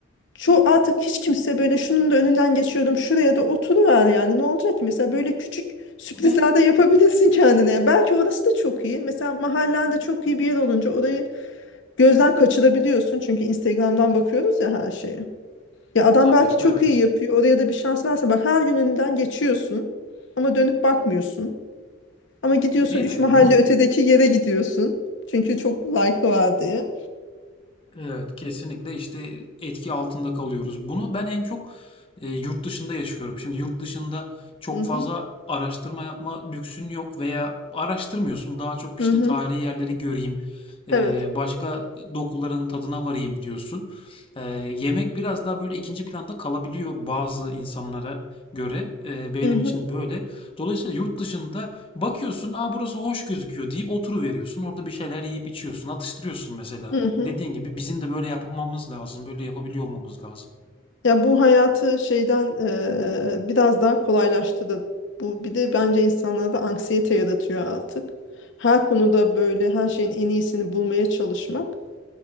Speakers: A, on the left; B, on the left.
A: çoğu artık hiç kimse böyle şunun da önünden geçiyordum şuraya da oturuver yani ne olacak ki mesela böyle küçük sürprizler
B: Evet.
A: de yapabilirsin kendine. Yani belki orası da çok iyi. Mesela mahallende çok iyi bir yer olunca orayı gözden kaçırabiliyorsun çünkü Instagram'dan bakıyoruz ya her şeye. Ya adam
B: Tabii,
A: belki çok
B: evet.
A: iyi yapıyor. Oraya da bir şans verse bak her gün önünden geçiyorsun ama dönüp bakmıyorsun. Ama gidiyorsun
B: Değil
A: üç
B: mi?
A: mahalle
B: Bunu
A: ötedeki yere gidiyorsun. Çünkü çok like'ı var diye.
B: Evet, kesinlikle işte etki altında kalıyoruz. Bunu ben en çok e, yurt dışında yaşıyorum. Şimdi yurt dışında çok
A: Hı hı.
B: fazla araştırma yapma lüksün yok veya araştırmıyorsun. Daha çok
A: Hı
B: işte
A: hı.
B: tarihi yerleri göreyim, e,
A: Evet.
B: başka dokuların tadına varayım diyorsun. E, yemek biraz daha böyle ikinci planda kalabiliyor bazı insanlara göre. E, benim
A: Hı hı.
B: için böyle. Dolayısıyla yurt dışında Bakıyorsun, aa burası hoş gözüküyor deyip oturuveriyorsun. Orada bir şeyler yiyip içiyorsun, atıştırıyorsun mesela.
A: Hı hı.
B: Dediğin gibi bizim de böyle yapmamız lazım, böyle yapabiliyor olmamız lazım.
A: Ya bu hayatı şeyden eee, biraz daha kolaylaştırdı. Bu bir de bence insanlarda anksiyete yaratıyor artık. Her konuda böyle her şeyin en iyisini bulmaya çalışmak.